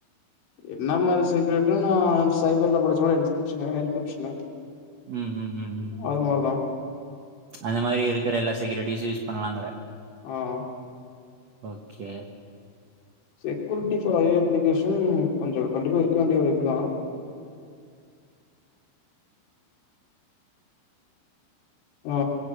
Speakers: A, on the left; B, on the right.
A: என்ன மாறி செக்யூரிட்டீனா நா சைபர்ல படிச்ச மாறி இஸ்கிரிப்ஷனு இஸ்கிரிப்ஷனு
B: ம் ம் ம் ம்
A: அது மாறி தா
B: அந்த மாதிரி இருக்கிற எல்லா செக்யூரிட்டிஸும் யூஸ் பண்ணலாங்கற
A: ஆ ஆ
B: okay
A: security for I application கொஞ்சோ கண்டிப்பா இருக்க வேண்டிய ஒரு இதுதா அ